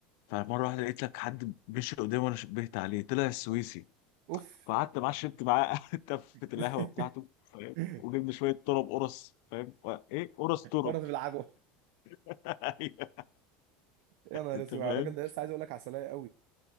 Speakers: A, on the left; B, on the right.
A: فمره واحده لقيت لك حد مشي قدامي وانا شبهت عليه طلع السويسي
B: اوف
A: فقعدت معاه شربت معاه <laughs> تفة القهوة
B: <laughs>
A: بتاعته فاهم
B: <laughs>
A: وجبنا شوية طرب قرص فاهم و- ايه قرص طرب
B: ورد بالعجوه
A: <laughs> أيوة،
B: يا نهار
A: انت
B: اسود
A: فاهم
B: على الراجل ده لسه عايز اقول لك عسلية قوي